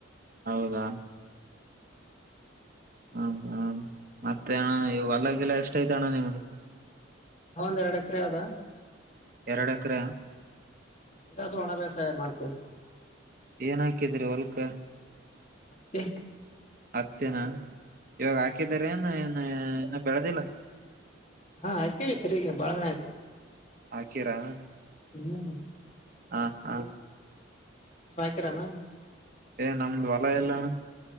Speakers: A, on the right; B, on the left.
A: ಹೌದಾ ಹ ಹ ಮತ್ತೆಣ ನೀವು ಹೊಲ್ಲಗೆಲ್ಲ ಎಷ್ಟ ಐತ ಅಣ್ಣ ನಿಮದು
B: ಹ ಒಂದ್ ಎರಡು ಎಕರೆ ಯಾವದ
A: ಎರಡಕ್ರ
B: ನಂದಾದೂ ಒಣ ವ್ಯಾಸಾಯ ಮಾಡ್ತೀವಿ
A: ಏನ ಹಾಕಿದಿರಿ ವಲ್ಕ
B: ಮೆ
A: ಹತ್ತಿನ ಇವಾಗ ಹಾಕಿದಾರ ಏನು ಏನ್ ಇನ್ನು ಬೆಳೆದಿಲ್ಲ
B: ಹಾ ಹಾಕ್ಕತೀಗ ಬಾಳ ಆಯ್ತು
A: ಹಾಕೀರಾ
B: ಹ್ಮ್
A: ಹಾ ಹಾ
B: ನೀ ವಾಯಕರಾನ
A: ಏ ನಮ್ದು ಹೊಲ ಎಲ್ಲಣ